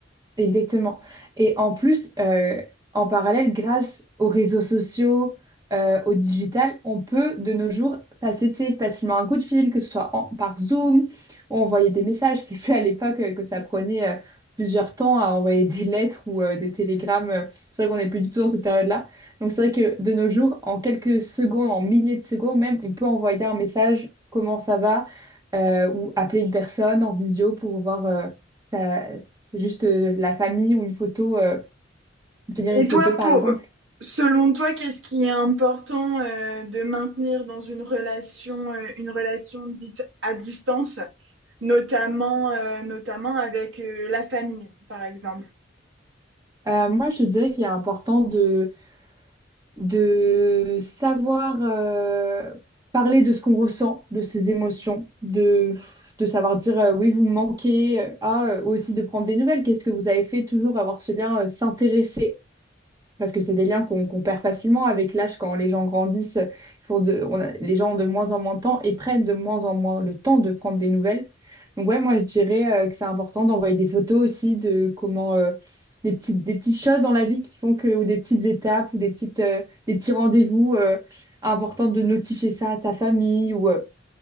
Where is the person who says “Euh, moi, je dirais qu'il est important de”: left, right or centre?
Right